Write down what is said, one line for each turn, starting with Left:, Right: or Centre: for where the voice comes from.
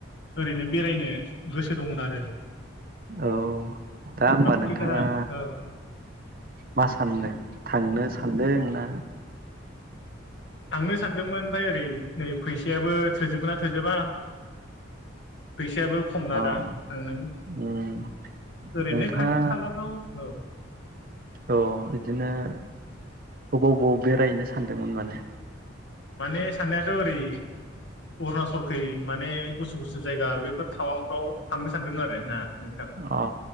Left: ओरैनो बेरायनो गोसो गोसो दंमोन आरो
Right: औ दा होमबा नोंथाङा
Left: फैसा औ
Right: मा सान्दों थांनो सानदोंना
Left: थांनो सानदोंमोन ओमफ्राय ओरै नै फैसायाबो थोजोबगोन ना थोजोबा फैसायाबो खमना
Right: अ
Left: दा थांनो
Right: उम
Left: ओरैनो
Right: नोंथाङा
Left: खाथि खालाफ्राव औ।
Right: औ बिदिनो अबाव बबाव बेरायनो सानदोंमोन माने
Left: माने साननायाथ' ओरै अरुणासलखै माने गुसु-गुसु जायगा बेफोर थावांफ्राव थांनो सानदों आरो ना नोंथां
Right: अ